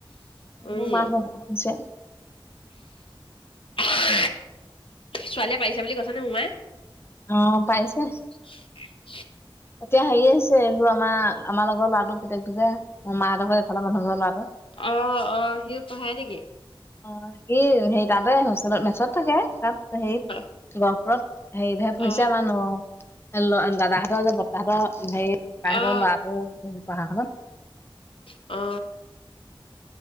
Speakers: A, on the left; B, on the left.
A: উম
B: মোৰ মাছ ধৰা সময় হৈছে। <inaudible>
A: অহ হে ই, ছোৱালীয়ে পাৰিছে বুলি কৈছে নে মোমায়ে?
B: অ অ পাইছে।
A: ছি আ এ এ।
B: এতিয়া হেৰি আহিছে এইবোৰ আমাৰ আমাৰ লগৰ লৰাটোৰ পুতেকটো যে। মোৰ মাহঁতৰ ঘৰৰ এইফালৰ মানুহৰ ঘৰৰ লৰাটো।
A: অ অ সিও পঢ়াই নেকি
B: অ আৰ সি হে তাতে হোষ্টেলত মেচত থাকে তাত হে
A: অ
B: গহপুৰত। হেৰি ধেৰ পইছা
A: অ
B: মানুহ এ ল এ দাদাহঁতৰ যে ব তাহাঁতৰ হেৰি তহঁতৰ
A: অ
B: ল'ৰাটোৰ পঢ়াখনত
A: অ।